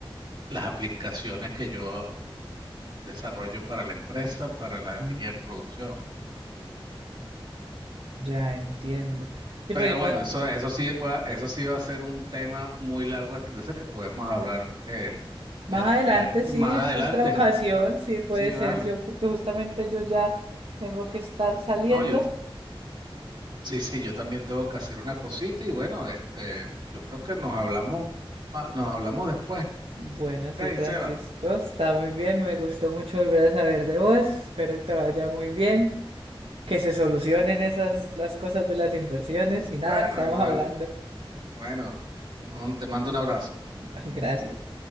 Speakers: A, on the right; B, on the right.
A: las aplicaciones que yo desarrollo para la empresa, para la
B: Mm,
A: línea de producción.
B: Ya entiendo. Sí,
A: Pero
B: porque
A: bueno,
B: cuando,
A: eso, eso sí, puede- eso sí va a ser un tema muy largo de extenderse que podemos hablar eh,
B: Más
A: eh,
B: adelante,
A: eh, más
B: sí, en
A: adelante.
B: otra ocasión, sí puede
A: Sí,
B: ser
A: vale.
B: yo, porque justamente yo ya tengo que estar saliendo.
A: No, yo t- sí, sí, yo también tengo que hacer una cosita y bueno, este, yo creo que nos hablamos, ma- nos hablamos después.
B: Bueno,
A: Ok,
B: sí, Francisco,
A: Seba.
B: está muy bien, me gustó mucho volver a saber de vos, espero que te vaya muy bien, que se solucionen esas las cosas de las inversiones y nada,
A: Bueno,
B: estamos
A: igual,
B: hablando.
A: bueno, un- te mando un abrazo.
B: <laughs> Gracias.